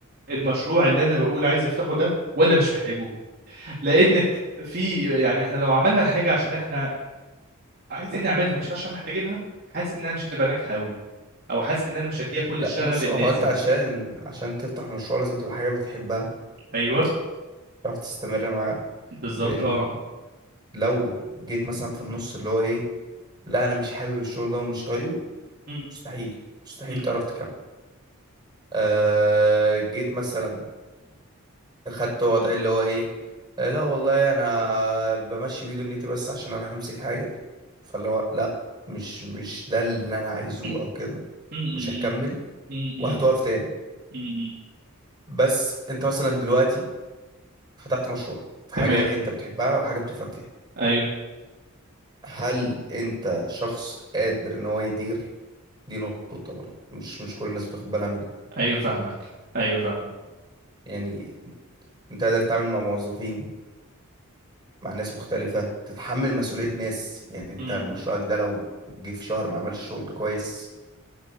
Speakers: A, on the right; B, on the right.
A: المشروع اللي انا بقول عايز افتحه ده ولا مش محتاجه لانك في يعني احنا لو عملنا الحاجه عشان احنا عايزين نعملها مش عشان محتاجينها حاسس انها مش هتبقى ناجحه قوي او حاسس ان انا مش هديها كل
B: لا
A: الشغف
B: بص
A: اللازم
B: هو انت عشان عشان تفتح مشروع لازم تبقى حاجة بتحبها
A: ايوه
B: تعرف تستمر معاها
A: بالظبط
B: لان
A: اه
B: لو جيت مثلا في النص اللي هو ايه لا انا مش حابب الشغل ده ومش طايقه
A: م-
B: مستحيل مستحيل
A: م-
B: تعرف تكمل أه جيت مثلا خدت وضع اللي هو ايه آه، لا والله انا بمشي بيه دنيتي بس عشان امسك حاجة فاللي هو لا مش مش ده اللي انا عايزه
A: م-
B: او كده
A: م-
B: مش هكمل
A: م- م-
B: وهتقف تاني
A: م- م.
B: بس انت مثلا دلوقتي فتحت مشروع في حاجة
A: <clears throat> تمام
B: انت بتحبها وحاجة بتفهم فيها
A: ايوه
B: هل انت شخص قادر ان هو يدير دي نقطة برضه مش مش كل الناس بتاخد بالها منها
A: ايوه فاهمك ايوه فاهمك
B: يعني انت قادر تتعامل مع موظفين مع ناس مختلفة تتحمل مسؤولية ناس يعني انت
A: م.
B: مشروعك ده لو جه في شهر ما عملش شغل كويس